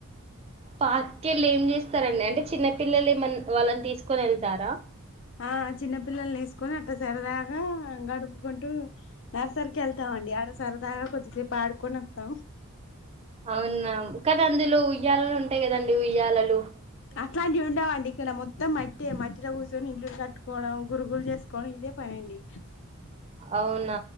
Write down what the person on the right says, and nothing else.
పార్క్ వెళ్ళి ఏం చేస్తారారండి అంటే చిన్న పిల్లలు ఏమనా వాళ్ళని తీసుకొని వెళ్తారా
అవునా కానీ అందులో ఉయ్యాలలూన్ ఉంటాయ్ కదండి ఉయ్యాలల్
అవునా